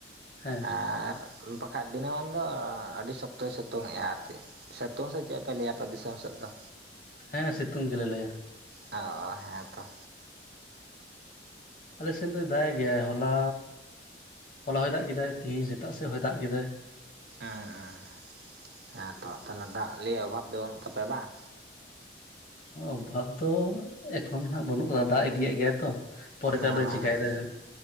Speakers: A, on the left; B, on the right.
A: ᱦᱮᱸ
B: ᱟᱨ ᱵᱟᱠᱷᱟᱭ ᱫᱤᱱᱟᱹᱢᱟᱱ ᱫᱚ ᱟᱹᱰᱤ ᱥᱚᱠᱛᱚᱭ ᱥᱤᱛᱚᱝᱮᱜᱼᱟ ᱟᱨᱠᱤ᱾ ᱥᱤᱛᱚᱝ ᱥᱮ ᱪᱮᱜ ᱯᱮ ᱞᱟᱹᱭᱟ ᱟᱯᱮ ᱫᱤᱥᱚᱢ ᱥᱮᱜ ᱫᱚ?
A: ᱦᱮᱸ ᱥᱤᱛᱩᱝ ᱜᱮᱞᱮ ᱞᱟᱹᱭᱟ᱾
B: ᱚ ᱦᱮᱸᱛᱚ,
A: ᱟᱞᱮ ᱥᱮᱱ ᱫᱚᱭ ᱫᱟᱜᱽ ᱮ ᱜᱮᱭᱟᱭ ᱦᱚᱞᱟ ᱦᱚᱞᱟ ᱦᱚᱭ ᱫᱟᱜᱽ ᱠᱮᱫᱟᱭ ᱛᱤᱦᱤᱧ ᱥᱮᱛᱟᱜ ᱥᱮᱫ ᱦᱚᱭ ᱫᱟᱜᱽ ᱠᱮᱫᱟᱭ᱾
B: ᱮᱸ ᱮᱸ ᱦᱮᱸᱛᱚ ᱛᱟᱦᱚᱞᱮ ᱫᱟᱜᱽ ᱞᱤᱭᱟᱹ ᱚᱵᱷᱟᱵ ᱫᱚ ᱵᱟᱹᱱᱩᱜ ᱛᱟᱯᱮᱭᱟ ᱵᱟᱝ?
A: ᱚᱵᱷᱟᱵ ᱫᱚ ᱮᱠᱷᱚᱱ ᱦᱟᱸᱜ ᱵᱟᱹᱱᱩᱜ ᱠᱟᱫᱟ ᱫᱟᱜᱽ ᱤᱫᱤᱭᱮᱜ ᱜᱮᱭᱟᱭ ᱛᱚ᱾ ᱯᱚᱨᱮᱛᱮ
B: ᱚ ᱦᱮᱸ,
A: ᱟᱫᱚᱭ ᱪᱤᱠᱟᱭᱮᱫᱟᱭ ᱦᱟᱸᱜ